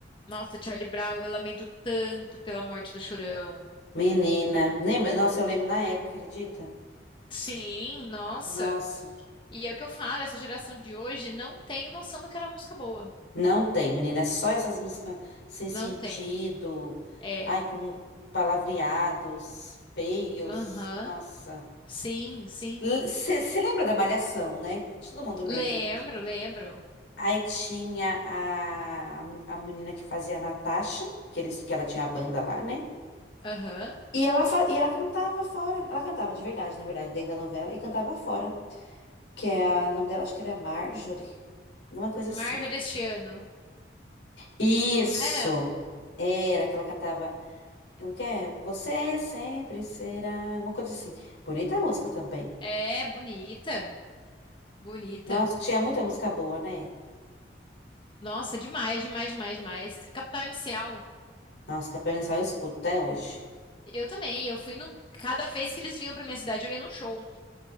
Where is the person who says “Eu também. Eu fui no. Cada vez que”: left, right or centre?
Left